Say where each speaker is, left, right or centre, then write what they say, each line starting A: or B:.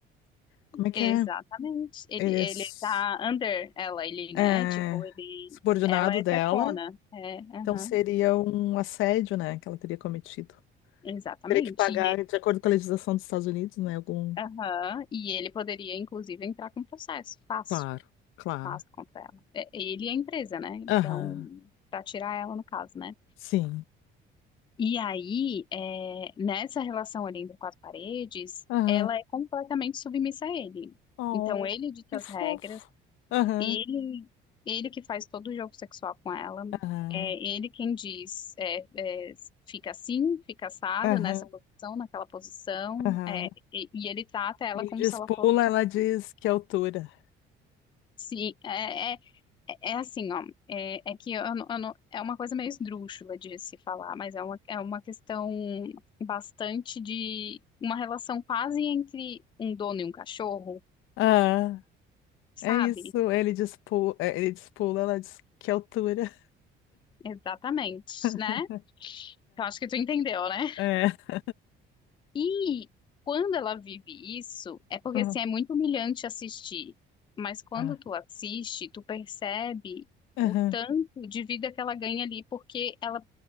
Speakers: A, on the left; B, on the left.
A: Como é que
B: Exatamente.
A: é?
B: Ele,
A: Ele é,
B: ele
A: s-
B: tá under ela, ele,
A: é
B: né? Tipo, ele.
A: subordinado
B: Ela é
A: dela.
B: chefona. É, aham.
A: Então seria um assédio, né? Que ela teria cometido.
B: Exatamente.
A: Teria que pagar,
B: E,
A: de acordo com a legislação dos Estados Unidos, né? Algum.
B: aham, e ele poderia, inclusive, entrar com processo. Fácil,
A: Claro, claro.
B: fácil contra ela. É, Ele é a empresa, né? Então,
A: Aham,
B: pra tirar ela, no caso, né?
A: sim.
B: E aí, é, nessa relação ali entre quatro paredes,
A: Aham.
B: ela é completamente submissa a ele.
A: Oh,
B: Então, ele dita
A: que fofo.
B: as regras,
A: Aham,
B: ele, ele que faz todo o jogo sexual com ela,
A: aham,
B: é ele quem diz, é, é, fica assim, fica assado,
A: aham,
B: nessa posição, naquela posição,
A: aham.
B: é, e, e ele trata ela
A: Ele
B: como
A: diz
B: se ela
A: pula,
B: fosse
A: ela diz que altura.
B: Sim, é, é, é é assim, ó, é, é que eu, não- eu não- é uma coisa meio esdrúxula de se falar, mas é uma, é uma questão bastante de uma relação quase entre um dono e um cachorro,
A: Ah,
B: sabe?
A: é isso. Ele diz pula, ele diz pula, ela diz que altura.
B: Exatamente,
A: <laughs>
B: né? Eu acho que tu entendeu, né?
A: É, é.
B: E quando ela vive isso, é porque
A: Uhum.
B: assim, é muito humilhante assistir, mas quando
A: Ah,
B: tu assiste, tu percebe
A: aham,
B: o tanto de vida que ela ganha ali, porque ela